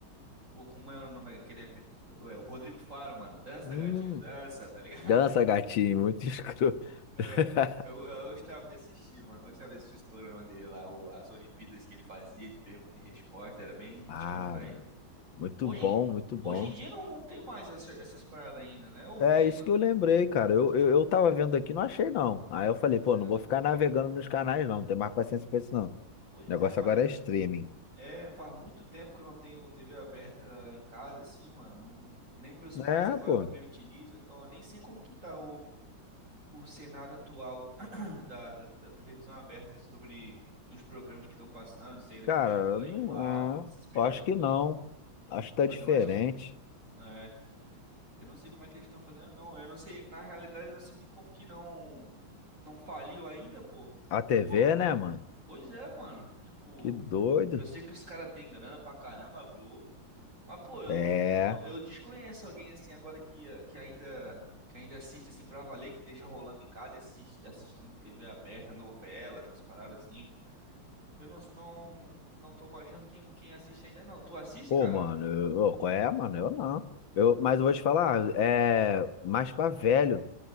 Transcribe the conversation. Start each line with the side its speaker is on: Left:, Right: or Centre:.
Right: Pô, como é o nome daquele apresentador? É o Rodrigo Faro, mano. Dança,
Left: Hum,
Right: gatinho, dança, tá ligado? <laughs>
Left: dança, gatinho, muito escroto.
Right: É,
Left: <laughs>
Right: eu, eu gostava de assistir, mano. Eu gostava de assistir os programas dele lá, o- as Olimpíadas que ele fazia de pergunta e resposta, era bem
Left: Ah,
Right: descontraído.
Left: muito
Right: Hoje,
Left: bom,
Right: em di-
Left: muito bom.
Right: hoje em dia não, não tem mais essa- essas paradas ainda, né? Ou
Left: É
Right: tem,
Left: isso
Right: mano?
Left: que eu lembrei, cara. Eu, eu, eu tava vendo aqui, não achei não. Aí eu falei,
Right: Pois
Left: pô,
Right: é.
Left: não vou ficar navegando nos canais não, não tem mais paciência pra isso não. O
Right: Pois
Left: negócio
Right: é, mano.
Left: agora
Right: É, que,
Left: é streaming.
Right: é, faz muito tempo que eu não tenho TV aberta em casa, assim, mano. Não- nem meus pais
Left: É,
Right: agora
Left: pô.
Right: É, também utilizam, então eu nem sei como que tá o cenário atual <clears throat> da, da, da televisão aberta sobre os programas que estão passando, se ainda
Left: Cara,
Right: continua
Left: não
Right: igual,
Left: é.
Right: tendo essas pegadinhas.
Left: Eu acho que não. Acho que tá
Right: Mas
Left: diferente.
Right: eu acho que. ah, É. Eu não sei como é que eles estão fazendo, não. Eu não sei. Na realidade, eu não sei nem como que não. Não faliu ainda, pô.
Left: A TV,
Right: Pô,
Left: né, mano?
Right: Pois é, mano. Tipo,
Left: Que doido.
Right: eu sei que os caras têm grana pra caramba, a Globo. Mas, pô, eu,
Left: É.
Right: eu desconheço alguém assim agora que, que ainda. Que ainda assiste assim pra valer, que deixa rolando em casa e assiste, assistindo TV aberta, novelas, as paradas assim. Eu não, não, não tô manjando quem, quem assiste ainda não. Tu assiste,
Left: Pô,
Right: cara?
Left: mano, eu, ô, qual é, mano? Eu não. Eu, mas eu vou te falar, é mais pra velho.